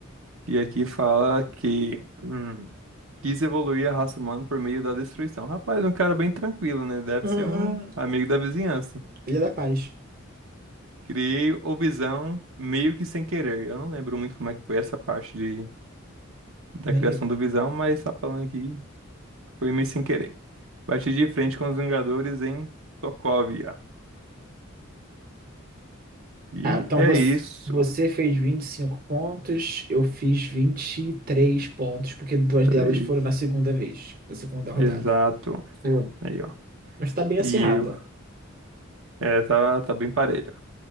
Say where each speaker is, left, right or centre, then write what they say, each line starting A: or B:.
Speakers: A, on the right; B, on the right.
A: E aqui fala que hum, quis evoluir a raça humana por meio da destruição. Rapaz, um cara bem tranquilo, né? Deve
B: Aham.
A: ser um amigo da vizinhança.
B: Ele é da paz.
A: Criei o Visão meio que sem querer. Eu não lembro muito como é que foi essa parte de, da
B: Nem
A: criação
B: eu.
A: do Visão, mas tá falando aqui que foi meio sem querer. Bati de frente com os Vingadores em Sokovia. E
B: Ah, então
A: é
B: você,
A: isso.
B: você fez 25 pontos, eu fiz 23 pontos, porque duas
A: Três.
B: delas foram na segunda vez, na segunda rodada.
A: Exato.
B: Hum.
A: Aí, ó.
B: Mas tá bem acirrada.
A: E eu. É, tá, tá bem parelho.